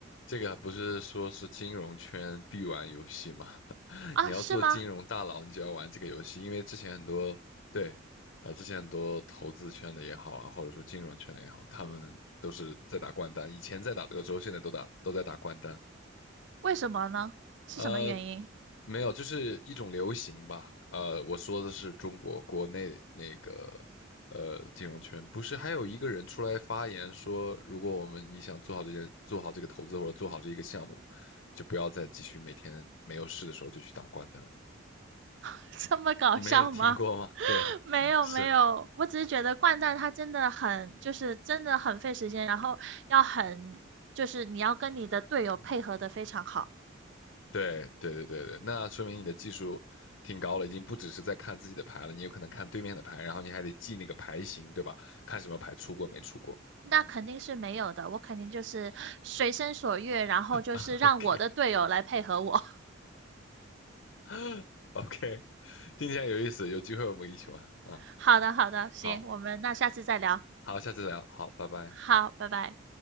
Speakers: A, on the left; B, on the right.
A: 这个不是说是金融圈必玩游戏吗？<laughs>
B: 啊，
A: 你要做金融大佬，
B: 是吗？
A: 你就要玩这个游戏，因为之前很多，对，啊，之前很多投资圈的也好啊，或者说金融圈的也好，他们都是在打掼蛋，以前在打德州，现在都打都在打掼蛋。
B: 为什么呢？是什么原因？
A: 呃，没有，就是一种流行吧。呃，我说的是中国国内那个呃金融圈，不是还有一个人出来发言说，如果我们你想做好这件，做好这个投资或者做好这一个项目，就不要再继续每天没有事的时候就去打掼蛋。
B: <laughs> 这么搞笑吗？
A: 你没有听过吗？
B: <laughs>
A: 对，
B: 没有没有，
A: <laughs> 是，
B: 我只是觉得掼蛋它真的很，就是真的很费时间，然后要很，就是你要跟你的队友配合的非常好。
A: 对，对对对对，那说明你的技术挺高了，已经不只是在看自己的牌了，你有可能看对面的牌，然后你还得记那个牌型，对吧？看什么牌出过没出过。
B: 那肯定是没有的，我肯定就是随心所欲，然后就是让我的队友来配合我。
A: <laughs> OK。<laughs> OK，听起来有意思，有机会我们一起玩啊。
B: <laughs> 好的好的，行，
A: 好，
B: 我们那下次再聊。
A: 好，下次聊，好，拜拜。
B: 好，拜拜。